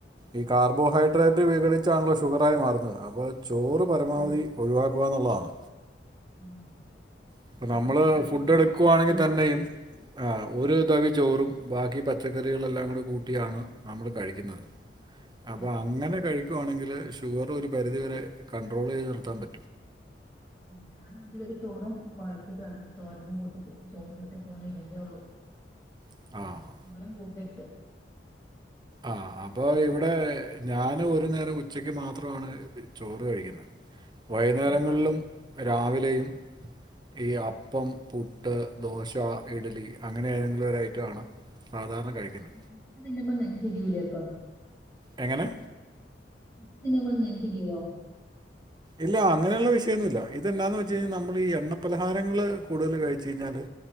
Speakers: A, on the right; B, on the left.
A: ഈ കാർബോഹൈഡ്രേറ്റ് വിഘടിച്ചാണല്ലൊ ഷുഗറായി മാറുന്നത് അപ്പൊ ചോറ് പരമാവധി
B: അതെ
A: ഒഴിവാക്കുക ന്നുള്ളതാണ്.
B: ആഹ്
A: ഇപ്പൊ
B: ഞാൻ
A: നമ്മള്
B: ചോറുണ്ടില്ലെങ്കിൽ
A: ഫുഡ്ഡ് എടുക്കുവാണെങ്കി
B: നടക്കൂല
A: തന്നെയും ആഹ് ഒരു തവി ചോറും ബാക്കി പച്ചക്കറികളെല്ലാംകൂടെ കൂട്ടിയാണ് നമ്മള് കഴിക്കുന്നത്. അപ്പ
B: ആഹ്
A: അങ്ങനെ കഴിക്കുവാണെങ്കില് ഷുഗർ ഒരു പരിധിവരെ കണ്ട്രോളൈത് നിർത്താൻ പ
B: ഉം ഞാന് ഒരുപിടി ചോറും കൊറച്ച് തൊര തോരനും കൂട്ടി ചോറ്ന്നിട്ട് ഇപ്പൊവന്ന് ഇരുന്നതേ ഒള്ളൂ.
A: ആഹ്.
B: ഉമ്മരം കൂട്ടി ട്ത്ത്
A: ആഹ് അപ്പൊ ഇവിടെ ഞാന് ഒരു നേരം ഉച്ചക്ക് മാത്രമാണ് ചോറ് കഴിക്കുന്നെ. വൈന്നേരങ്ങളിലും
B: ഉം
A: രാവിലേയും ഈ അപ്പം, പുട്ട്, ദോശ, ഇഡ്ലി അങ്ങനെ ഏതെങ്കിലും ഒരു ഐറ്റമാണ് സാധാരണ കഴിക്ക്ന്നെ.
B: പുട്ട് തിന്നുമ്പം നെഞ്ചെരിയൂലെ അപ്പം.
A: എങ്ങനെ
B: പുട്ട് തിന്നുമ്പം നെഞ്ചെരിവോ.
A: ഇല്ല അങ്ങനെയുള്ള വിഷയൊന്നുല്ല ഇതെന്നാന് വെച്ചൈഴ്നാ നമ്മള് ഈ എണ്ണ പലഹാരങ്ങള് കൂടുതൽ കഴിച്ചൈ ഴിഞ്ഞാല്